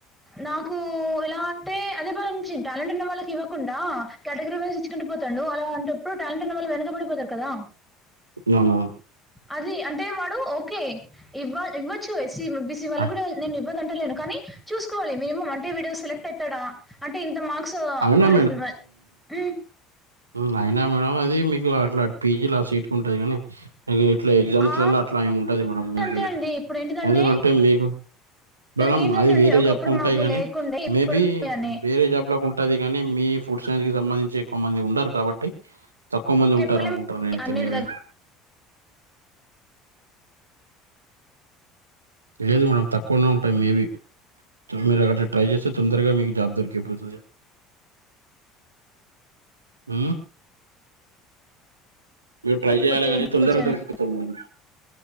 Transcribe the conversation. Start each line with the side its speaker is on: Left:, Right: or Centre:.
Centre: నాకూ ఎలా అంటే అనిపించింది టాలెంట్ ఉన్న వాళ్ళకి ఇవ్వకుండా కేటగిరివైజ్ ఇచ్చుకుంటూ పోతండు అలాంటప్పుడు టాలెంట్ ఉన్న వాళ్ళు వెనకబడిపోతారు కదా
Right: నాన్నన్
Centre: అదీ అంటే వాడు ఓకే ఇవ్వాలి ఇవ్వచ్చు ఎస్సీ బీసీ వాళ్ళ
Right: ఆ!
Centre: కూడా నేను ఇవ్వదంటలేను కానీ చూసుకోవాలి మినిమం అంటే వీడు సెలెక్ట్ పెట్టడా అంటే ఇంత మార్క్సూ
Right: అవునా
Centre: వాడకి వచ్ ఉ
Right: ఉమ్ అయినా మేడం అదీ మీకు అట్లా పీజీలా ఆ సీట్కు ఉంటది కానీ ఇగో ఇట్లా ఎగ్జామ్స్
Centre: ఆ!
Right: లల్లా అట్లా ఏమి ఉంటది మేడమ్ మేబి
Centre: అంతే అండి. ఇప్పుడేంటిదంటే
Right: ఎందుకంటే మీకు
Centre: వాళ్ళకేంటిదంటే
Right: మేడం అది
Centre: ఉండే
Right: వేరే
Centre: ఒకప్పుడు
Right: జాబ్ కు ఉంటాయి
Centre: మాకు
Right: కానీ
Centre: లేకుండే
Right: మేబీ
Centre: ఇప్పుడు అని
Right: వేరే జాబ్ లో ఉంట టది కానీ మీ ఫుడ్సెన్ కి సంబంధించి ఎక్కువ మంది ఉండారు కాబట్టి తక్కువ మంది
Centre: చెప్పలేం
Right: ఉంటారు అనుకుంటాన్న నేనైతే
Centre: అన్నిటి
Right: మేబీ
Centre: దగ్గర
Right: లేదు మేడం తక్కువనే ఉంటయ్ మేబీ సో మీరు అక్కడ ట్రై చేస్తే తొందరగా మీకు జాబ్ దొరికిపోతది ఊ మీరు ట్రై చేయాలే
Centre: పోతే
Right: కానీ
Centre: ఎందుకొచ్చారండి.
Right: తొందరగా దొరికిపోతావు మేడం